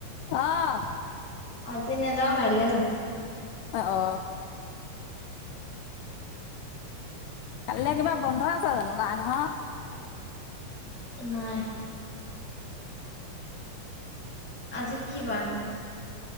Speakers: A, on the left; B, in the centre.
A: আ'হ
B: আজি নেযাওঁ কাইলৈ যাম।
A: অ অ কালিলে কিবা বন্ধ আছে জানো নাই নহয়
B: নাই। আজি কি বাৰনো?